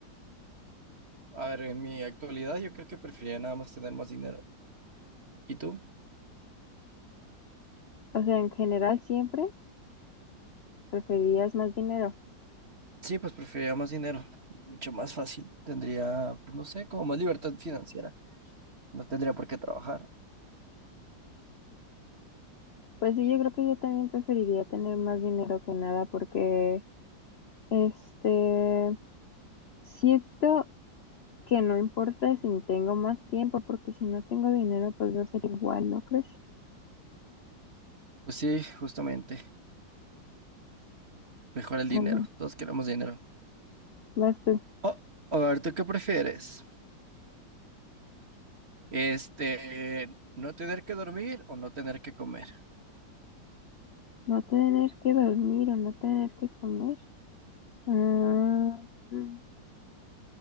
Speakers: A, on the right (about 35°); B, on the left (about 75°).
A: a ver, en mi actualidad yo creo que preferiría nada más tener más dinero. ¿Y tú?
B: O sea, en general siempre preferirías más dinero.
A: Sí, pues preferiría más dinero, mucho más fácil. Tendría, pues no sé, como más libertad financiera. No tendría por qué trabajar.
B: Pues sí, yo creo que yo también preferiría tener más dinero que nada porque, este, siento que no importa si tengo más tiempo, porque si no tengo dinero, pues va a ser igual, ¿no crees? <laughs>
A: Pues sí, justamente, mejor el
B: Ah,
A: dinero.
B: bueno,
A: Todos queremos dinero.
B: Vas tú.
A: O, a ver, ¿tú qué prefieres? Este, no tener que dormir o no tener que comer,
B: No tener que dormir o no tener que comer. Ah, mm,